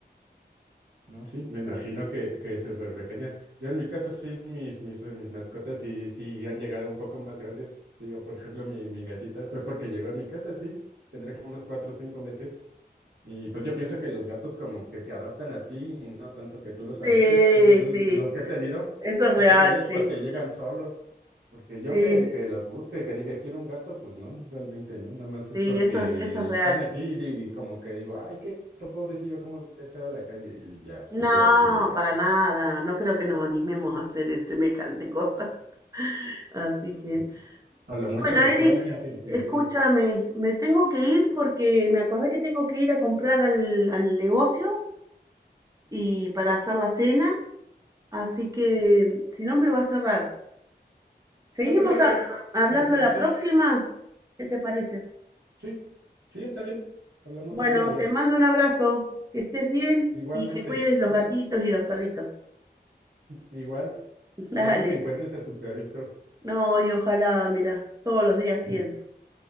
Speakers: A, on the right; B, on the right.
A: No, sí, me imagino que, que es súper pequeña. Yo en mi caso, sí, mis, mis, mis mascotas sí, sí han llegado un poco más grandes. Digo, por ejemplo, mi, mi gatita fue porque llegó a mi casa, sí, tendré como unos cuatro o cinco meses. Y pues yo pienso que los gatos como que te adoptan a ti y no tanto que tú los adoptes.
B: Sí,
A: Bueno, yo
B: sí,
A: los que he tenido,
B: eso es real,
A: los que he tenido
B: sí.
A: es porque llegan solos, porque yo
B: Sí,
A: que, que los busque, que diga quiero un gato, pues no, realmente no, nada más es
B: sí,
A: porque
B: eso, eso es real.
A: están aquí y, di- y como que digo, ay, qué gato pobrecillo, ¿cómo lo voy a echar a la calle? Y ya se
B: No,
A: queda aquí en mi casa.
B: para nada. No creo que nos animemos a hacer es- semejante cosa. <laughs> Así que,
A: No. A lo mucho
B: bueno,
A: buscar
B: Eric,
A: a alguien que te
B: escúchame,
A: ayude.
B: me tengo que ir porque me acordé que tengo que ir a comprar al, al negocio y para hacer la cena, así que mm, si no me va a cerrar. Seguimos
A: Está perfecto,
B: a- hablando
A: está perfecto,
B: la
A: sí,
B: próxima. ¿Qué te parece?
A: sí, sí, está bien. Hablamos
B: Bueno,
A: otro día.
B: te mando un abrazo, que estés bien
A: Igualmente,
B: y que cuides los
A: este,
B: gatitos y los perritos.
A: igual.
B: <laughs> Dale.
A: Esperemos que encuentres a tu perrito.
B: No, y ojalá, mira, todos los días
A: <laughs>
B: pienso.